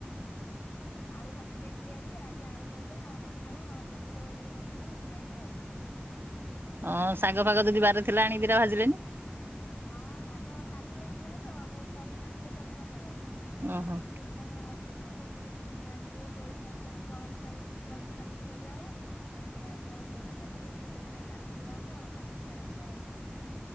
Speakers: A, on the left; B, on the right.
A: ଆଉ ଆଳୁ ଭାଜି ଦେଇଥିଲି ଆଜି, ଆଜି ଆଳୁ ଭଜା ପଖାଳ ଲେମ୍ବୁ ଝୋଳ ଟିକେ କରିଦେଲୁ ଖାଇଲୁ ଆଉ।
B: ଅଁ ଶାଗ ଫାଗ ଯଦି ବାରିରେ ଥିଲା ଆଣି ଦିଟା ଭାଜିଲେନି?
A: ହଁ ଶାଗ କାଲି ହେଇଥିଲା ତ ବୋଉ ପାରିକି ଆଣିଥିଲେ ସଜନା ଶାଗ ଆଉ
B: ଓହୋ।
A: ଆଜି ସେ ଥିଲାଗି ଆଉ ଭାଜିଲେନି ବୋଉ କହିଲେ ପୁଣି ଆଜି ବୋଉ ତୋଳି ଆଣିଚନ୍ତି କଳମ ଶାଗ ପୁଣି ଥୁଆହେଇଚି କାଲିକି ଭଜା ହବ ସେଥିଲାଗି ଆଜି ଆଉ ଭାଜିଲେଣି ବୋଉ କହିଲେ ନାଇଁ କାଲିକି ରଖ କାଲିକି ଶାଗ ଦିଟା ଭାଜିବ।